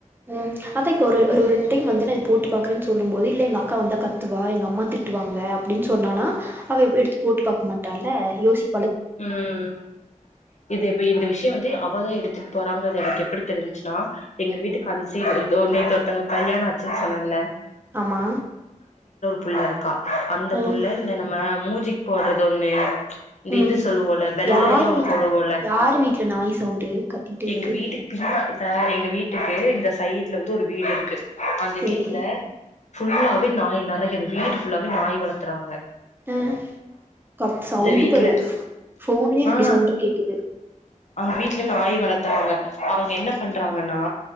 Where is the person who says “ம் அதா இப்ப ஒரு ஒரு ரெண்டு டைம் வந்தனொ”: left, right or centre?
Right